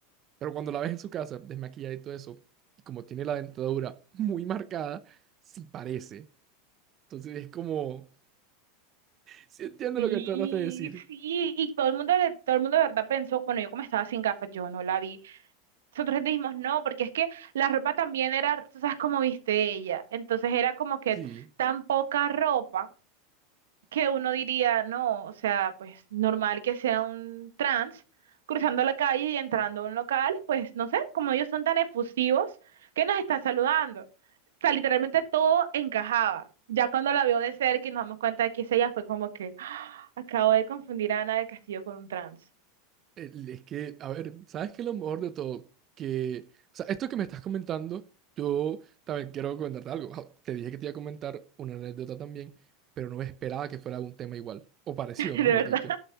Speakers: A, on the right; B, on the right.
A: Pero cuando la ves en su casa, desmaquillada y todo eso, y como tiene la dentadura muy marcada, sí parece. Entonces es como, sí entiendo
B: Sí,
A: lo que trataste de decir.
B: sí, y todo el mundo, le- todo el mundo de verdad pensó, bueno, yo como estaba sin gafas, yo no la vi. Nosotros dijimos no, porque es que la ropa también era, tú sabes cómo viste ella, entonces era como que
A: Sí.
B: tan poca ropa que uno diría, no, o sea, pues normal que sea un trans cruzando la calle y entrando a un local, pues no sé, como ellos son tan efusivos, que nos está saludando. O sea, literalmente todo encajaba. Ya cuando la vio de cerca y nos damos cuenta de que es ella, fue como que, "Ah, acabo de confundir a Ana del Castillo con un trans.
A: El- Es que, a ver, ¿sabes qué es lo mejor de todo? Que, o sea, esto que me estás comentando, yo también quiero comentarte algo. Ah, Te dije que te iba a comentar una anécdota también, pero no esperaba que fuera un tema igual, o parecido,
B: <laughs> De
A: mejor
B: verdad.
A: dicho.